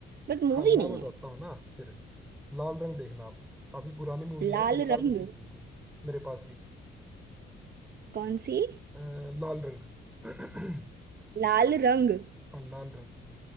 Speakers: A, on the right; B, in the centre.
A: बट मूवी
B: हाँ मैं
A: नहीं
B: बताता
A: है
B: हूँ ना फिर लाल रंग देखना आप काफी पुरानी मूवी
A: लाल
B: है करनाल
A: रंग
B: में शूट हुई थी मेरे पास ही
A: कौन सी
B: अ, लाल रंग <clears throat>
A: लाल रंग
B: हाँ लाल